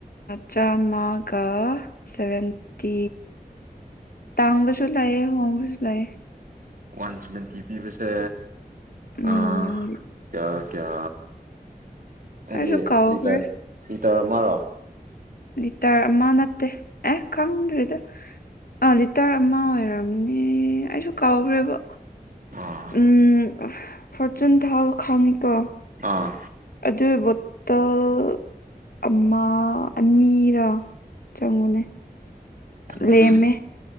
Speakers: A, on the left (about 65°); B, on the right (about 60°).
A: ꯆꯥꯝꯃꯒ ꯁꯚꯦꯟꯇꯤ ꯇꯥꯡꯕꯁꯨ ꯂꯥꯛꯑꯦ ꯍꯣꯡꯕꯁꯨ ꯂꯥꯛꯑꯦ
B: ꯋꯥꯟ ꯁꯕꯦꯟꯇꯤ ꯄꯤꯕꯁꯤ
A: ꯎꯝ
B: ꯑ ꯀꯌꯥ ꯀꯌꯥ ꯍꯥꯏꯗꯤ
A: ꯑꯩꯁꯨ ꯀꯥꯎꯈ꯭ꯔꯦ
B: ꯂꯤꯇꯔ ꯂꯤꯇꯔ ꯑꯃꯔꯣ
A: ꯂꯤꯇꯔ ꯑꯃꯥ ꯅꯠꯇꯦ ꯑꯦ ꯈꯪꯗꯔꯤꯗ ꯑꯥ ꯂꯤꯇꯔ ꯑꯃ ꯑꯣꯏꯔꯝꯅꯦ ꯑꯩꯁꯨ ꯀꯥꯎꯈ꯭ꯔꯦꯕ
B: ꯑꯥ
A: ꯎꯝ ꯐꯣꯔꯆꯨꯟ ꯊꯥꯎ ꯈꯪꯉꯤ ꯀꯣ
B: ꯑꯥ
A: ꯑꯗꯨ ꯕꯣꯠꯇꯜ ꯑꯃ ꯑꯅꯤꯔ ꯆꯪꯕꯅꯦ
B: ꯑꯗꯨꯗꯤ
A: ꯂꯦꯝꯃꯦ